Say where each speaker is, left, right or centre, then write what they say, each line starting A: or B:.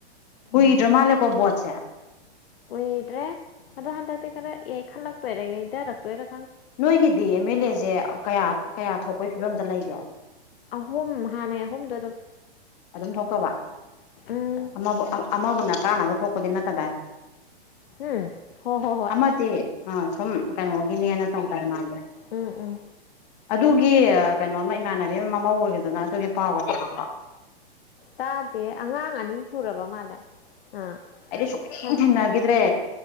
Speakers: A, on the left; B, on the left.
A: ꯀꯨꯢꯗ꯭ꯔꯥ
B: ꯑꯣ
A: ꯃꯥꯜꯂꯦꯀꯣ ꯕꯣꯠꯁꯦ
B: ꯀꯨꯏꯗ꯭ꯔꯦ ꯑꯗꯣ ꯍꯟꯗꯛꯇꯤ ꯈꯔ ꯈꯜꯂꯛꯇꯣꯏꯔꯦ ꯌꯩꯊꯔꯛꯇꯣꯏꯔ
A: ꯅꯣꯏꯒꯤꯗꯤ ꯑꯦꯝ ꯑꯦꯜ ꯑꯦꯁꯦ ꯀꯌꯥ ꯀꯌꯥ ꯊꯣꯛꯄꯒꯤ ꯐꯤꯕꯝꯗ ꯂꯩꯒꯦ
B: ꯑꯍꯨꯝ ꯍꯥꯟꯅꯩ ꯑꯍꯨꯝꯗꯣ ꯑꯗꯨꯝ
A: ꯑꯗꯨꯝ ꯊꯣꯛꯇꯕ
B: ꯎꯝ
A: ꯑꯃꯕꯨ ꯑꯃꯕꯨꯅ ꯀꯥꯟꯅꯕ ꯊꯣꯛꯄꯗꯤ ꯅꯠꯇꯗꯏ
B: ꯎꯝ ꯍꯣ ꯍꯣ ꯍꯣꯏ
A: ꯑꯃ ꯇꯦ ꯑ ꯁꯣꯨꯝ ꯀꯩꯅꯣꯒꯤꯅꯦꯅ ꯇꯧꯗ ꯃꯥꯁꯦ
B: ꯎꯝ ꯎꯝ
A: ꯑꯗꯨꯒꯤ ꯀꯩꯅꯣꯃ ꯏꯃꯥꯟꯅꯕꯤ ꯑꯃ ꯃꯃꯧ ꯑꯣꯏꯒꯗꯅ ꯑꯗꯨꯒꯤ ꯄꯥꯎꯒ ꯇꯥꯕ꯭ꯔꯣ
B: ꯇꯥꯗꯦ ꯑꯉꯥꯡ ꯑꯅꯤ ꯁꯨꯔꯕ ꯃꯥꯜꯂꯦ ꯑꯥ
A: ꯑꯗꯤ ꯁ
B: ꯍꯟ
A: ꯆꯟꯅꯒꯗ꯭ꯔꯦ